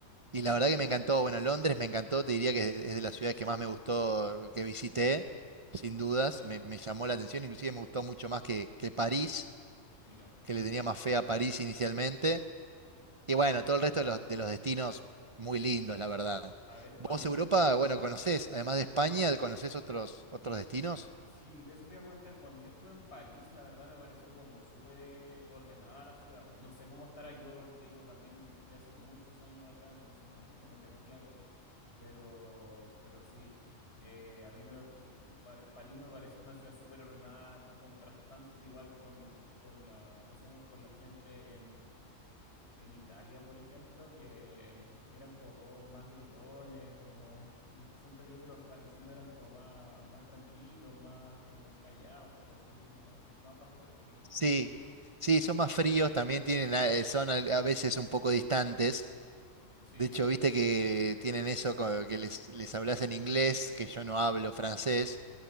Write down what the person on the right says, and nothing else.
Y la verdad que me encantó, bueno, Londres me encantó, te diría que es es de las ciudades que más me gustó que visité, sin dudas,
me, me llamó la atención, inclusive me gustó mucho más que, que París,
que le tenía más fe a París inicialmente. Y bueno, todo el resto de los, de los destinos muy lindos, la verdad.
¿Vos
Europa, bueno, conocés, además de España, conocés otros, otros destinos?
Sí, sí, son más fríos, también tienen, a-
eh, son al- a veces un poco distantes.
De hecho, viste que tienen eso, co- que les, les hablas en inglés, que yo no hablo francés.